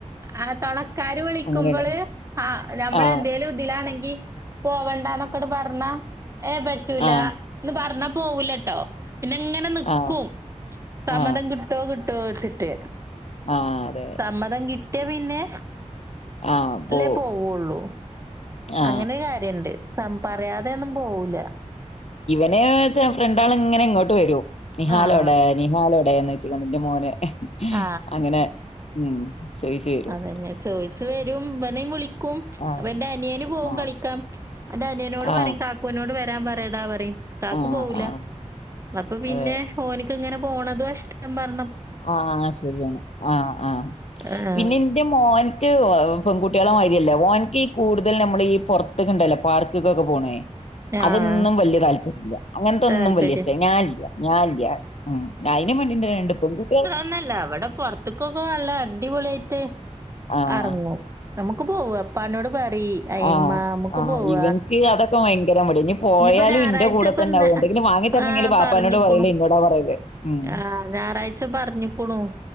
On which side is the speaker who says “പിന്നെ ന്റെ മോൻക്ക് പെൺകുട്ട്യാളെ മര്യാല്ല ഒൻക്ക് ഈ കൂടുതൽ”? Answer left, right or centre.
Left